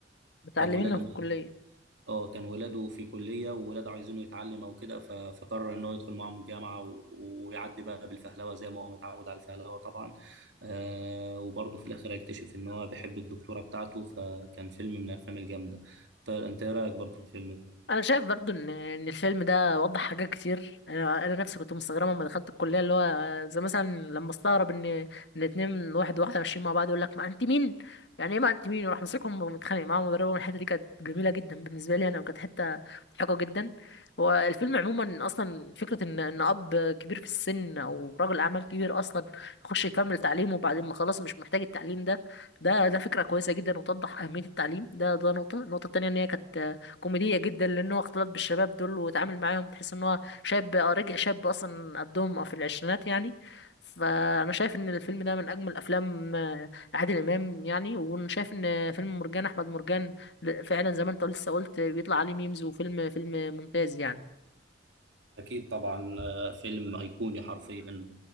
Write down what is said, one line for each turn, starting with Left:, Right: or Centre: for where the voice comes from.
Left: متعلمينه
Right: كان ولاده
Left: في الكليه
Right: اه كان ولاده في كلية وولاده عايزينه يتعلم او كده ف- فقرر ان هو يدخل معاهم الجامعة و- ويعدي بقى بالفهلوة زي ما هو متعود على الفهلوة طبعا آه وبرضه في الاخر هيكتشف ان هو بيحب الدكتورة بتاعته فكان فيلم من الافلام الجامدة طيب انت ايه رايك برضه في الفيلم
Left: انا شايف برضو ان ان الفيلم ده وضح حاجات كتير انا انا نفسي كنت مستغربه لما دخلت الكليه اللي هو زي مثلا لما استغرب ان ان اتنين واحد وواحده ماشيين مع بعض يقول لك ما انت مين يعني ايه ما انت مين وراح مسكهم ومتخانق معاهم مدربهم الحته دي كانت جميله جدا بالنسبه لي انا وكانت حته مضحكه جدا هو الفيلم عموما اصلا فكره ان ان اب كبير في السن او رجل اعمال كبير اصلا يخش يكمل تعليمه وبعدين ما خلاص مش محتاج التعليم ده ده ده فكره كويسه جدا وتوضح اهميه التعليم ده ده نقطه النقطه التانيه ان هي كانت كوميدية جدا لأن هو اختلط بالشباب دول واتعامل معاهم تحس إن هو شاب آه، رجع شاب أصلا قدهم في العشرينات يعني فأنا شايف إن الفيلم ده من أجمل أفلام آه، عادل إمام يعني وأنا شايف إن فيلم مرجان أحمد مرجان ل- فعلا زي ما أنت لسه قلت بيطلع عليه ميمز وفيلم فيلم ممتاز يعني
Right: أكيد طبعا آه، فيلم أيقوني حرفيا